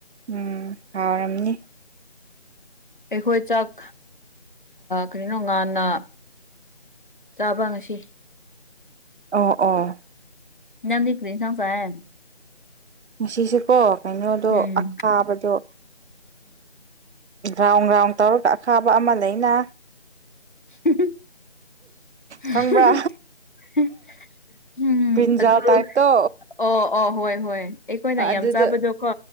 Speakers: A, on the right; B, on the left.
A: ꯎꯝ ꯍꯥꯎꯔꯝꯅꯤ
B: ꯑꯩꯈꯣꯏ ꯆꯥꯛ ꯀꯔꯤꯅꯣ ꯉꯥꯟꯟꯅ ꯆꯥꯕ ꯉꯁꯤ
A: ꯑꯣ ꯑꯣ
B: ꯅꯗꯤ ꯀꯔꯤ ꯁꯥꯡꯪꯁꯥꯏꯦ
A: ꯉꯁꯤꯁꯦꯀꯣ ꯀꯩꯅꯣꯗꯣ
B: ꯎꯝ
A: ꯑꯈꯥꯕꯗꯣ ꯒ꯭ꯔꯥꯎꯟ ꯒ꯭ꯔꯥꯎꯟ ꯇꯧꯔꯒ ꯑꯈꯥꯕ ꯑꯃ ꯂꯩꯅ
B: <unintelligible>
A: ꯈꯪꯕ꯭ꯔꯥ
B: ꯎꯝ
A: ꯟꯖꯜ
B: ꯑꯗꯨ
A: ꯇꯥꯏꯞꯇꯣ
B: ꯑꯣ ꯑꯣ ꯍꯣꯏ ꯍꯣꯏ ꯑꯩꯈꯣꯏꯅ
A: ꯑꯗꯨꯗ
B: ꯌꯥꯝ ꯆꯥꯕꯗꯣ ꯀꯣ